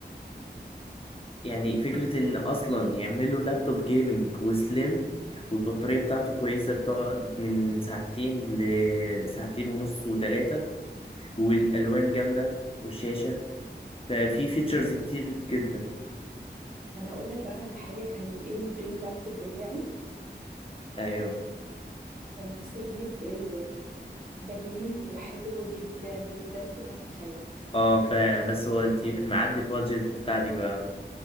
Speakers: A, on the left; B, on the right.
A: يعني فكرة إن أصلا يعملوا لابتوب جيمنج وسليم والبطارية بتاعته كويسة بتقعد من ساعتين لساعتين ونص وتلاتة والألوان جامدة والشاشة ففي فيتشرز كتير جدا
B: انا اقول لك بقى على حاجه كان الايه الدريم لابتوب بتاعي
A: أيوه
B: كان نفسي اجيب ريدر ده جيمنج وحلو جدا جدا فوق ما تتخيل
A: اه فعلا بس هو انت معدي البادجت بتاعتك بقى